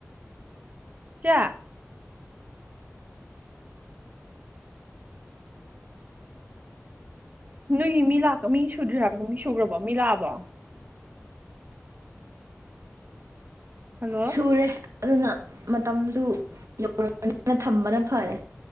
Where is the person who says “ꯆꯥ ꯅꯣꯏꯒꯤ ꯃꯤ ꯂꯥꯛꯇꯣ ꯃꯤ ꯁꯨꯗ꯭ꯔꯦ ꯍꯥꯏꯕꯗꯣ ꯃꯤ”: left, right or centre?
Right